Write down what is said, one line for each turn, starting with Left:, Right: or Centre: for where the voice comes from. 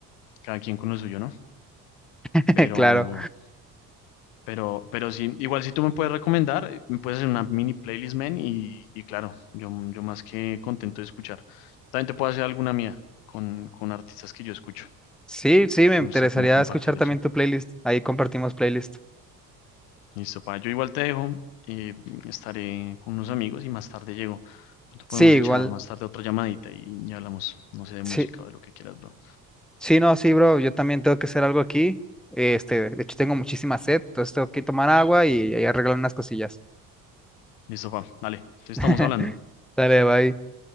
Left: cada quien con lo suyo, ¿no?
Centre: <laughs>
Left: Pero,
Centre: Claro.
Left: Pero, pero sí, igual si tú me puedes recomendar, eh, me puedes hacer una mini playlist, man, y, y claro, yo, yo más que contento de escuchar. También te puedo hacer alguna mía con, con artistas que yo escucho.
Centre: Sí, sí, me interesaría
Left: Me gusta como compartir
Centre: escuchar también
Left: eso.
Centre: tu playlist. Ahí compartimos playlist.
Left: Listo, pa, yo igual te dejo, eh, estaré con unos amigos y más tarde llego. Tú podemos
Centre: Sí, igual.
Left: echar más tarde otra llamadita y ya hablamos, no sé, de
Centre: Sí,
Left: música o de lo que quieras, bro.
Centre: sí, no, sí, bro. Yo también tengo que hacer algo aquí. Este, de hecho tengo muchísima sed, entonces tengo que tomar agua y, y arreglar unas cosillas.
Left: Listo, pa, dale, te estamos
Centre: <laughs>
Left: hablando.
Centre: Dale, bye.